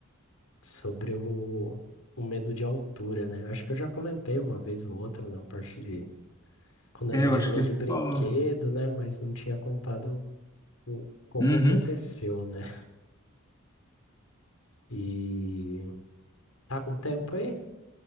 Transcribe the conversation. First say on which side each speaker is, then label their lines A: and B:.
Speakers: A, on the left; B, on the left.
A: sobre o, o medo de altura, né? Acho que eu já comentei uma vez ou outra na parte de quando
B: É,
A: a gente
B: eu acho
A: falou
B: que
A: de
B: você
A: brinquedo,
B: falou.
A: né, mas não tinha contado o- como
B: Uhum.
A: aconteceu, né? E tá com tempo aí?